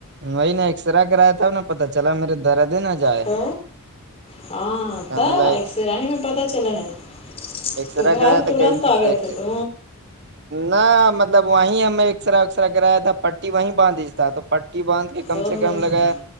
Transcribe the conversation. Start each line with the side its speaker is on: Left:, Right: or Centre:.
Right: وہی نے ایکس رے کرایا تھا نہ پتا چلا میرے درد ہی نہ جائے
Left: تو ہاں
Right: ہم لائک
Left: ایکسر ہی میں پتا چلا ہے
Right: ایکسرا
Left: تو گھر
Right: کرایا تھا
Left: ترنت
Right: گیس کی
Left: آ گئے
Right: فریکچر
Left: تھے تو
Right: نہ مطلب وہیں ہمیں ایکسرے وکسرے کرایا تھا پٹی وہیں باندھ دی تھا تو پٹی باندھ کم
Left: او
Right: سے
Left: ہو
Right: کم
Left: ا
Right: لگا